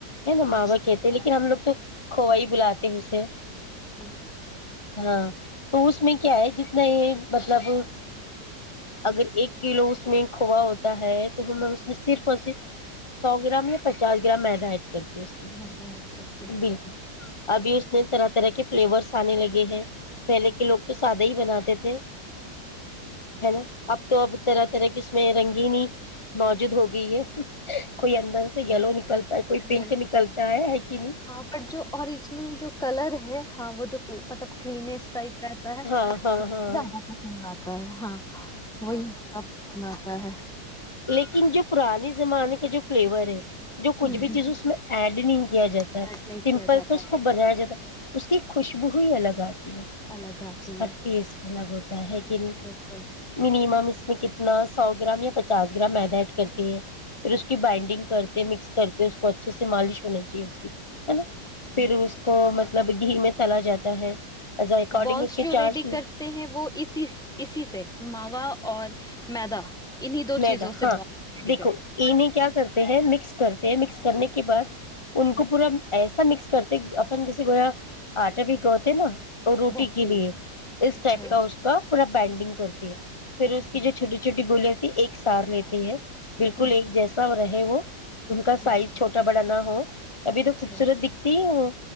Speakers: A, on the left (about 20°); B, in the centre.
A: ہے نا
B: اچھا
A: ماوا کہتے ہیں لیکن ہم لوگ تو کھوائی بلااتا د سے
B: جی
A: ہاں تو اس میں کیا ہے جتنا یہ مطلب اگر ایک کلو اس میں کھووا ہوتا ہے تو ہم اس میں صرف اور صرف سو گرام یا پچاس گرام میدا ایڈ کر میں
B: میدا ایڈ کرتے ہیں
A: بالکل ابھی اس میں طرح طرح کے فلیورس آنے لگے ہیں پہلے کے لوگ تو سادہ ہی بناتے تھے ہے نا اب تو اب طرح طرح کے میں رنگینی موجود ہوگئی ہے کوئی اندر سے یلو
B: ہاں
A: نکلتا ہے کوئی پنک
B: یہ
A: نکلتا ہے ہے کہ نہیں
B: ہاں پر جو اوریجنل جو کلر ہے ہاں وہ جو مطلب کریم ٹائپ رہتا ہے
A: ہاں ہاں ہاں
B: زیادہ پسند آتا تو ہاں وہیب پسند آتا ہے
A: لیکن جو پرانے زمانے کا جو فلیور ہے جو
B: ہوں
A: کچھ بھی
B: ہوں
A: چیز اس میں اڈنی کیا جاتا
B: ایڈ
A: ہے
B: نہیں
A: سمپل
B: کیا جاتا
A: سے اس
B: تھا
A: کو بنایا جاتا ہے اس کی خوشبو ہی الگ آتی
B: الگ آتی
A: اس کا
B: ہے
A: ٹیسٹ لگ ہےیکن
B: بالکل
A: منیمم اس میں کتنا سو گرام یا پچ چاس گرام میدا ایڈ کرتی ہے پھر اس کی بائنڈنگ کرتے مکس کرتے اس کو اچھے سے مالش ہونا چاہیے اس کی ہے نا
B: اچھا
A: پھر اس کو م نب گھی میں تلا جاتا ہے ایز اکارڈنگ
B: بالس
A: اس کے
B: جو
A: چارج
B: ریڈی کرتے ہیں وہ اسی اسی سے ماوا اور میدا انہیں دو
A: میں
B: چیزوں
A: د
B: سے
A: ہاں
B: بال ریڈی
A: دیکھو
B: کرتے
A: یہ نہیں کیا کرتا ہیں مکس کرتے ہیں مکس کرنے کے بعد ان کو
B: ہ
A: پورا ایسا مکس کرتے اپن جسے گویا آٹا بکوتے نا اور روٹی
B: ویسے
A: کے لیے
B: ہی
A: اس
B: اچھا
A: ٹائپ کا اس کا پورا بینڈنگ کرتے پھر
B: اچھا
A: اس کی جو چھوٹی چھوٹی گولیا ایک سار لیتے ہیں بالکل
B: ہ
A: ایک جیسا رہے ہی وہ ان کا
B: بالکل
A: سائز چھوٹا بڑا نا ہاں ابھی تو
B: اچھا
A: خوبصورت دکھتی وہ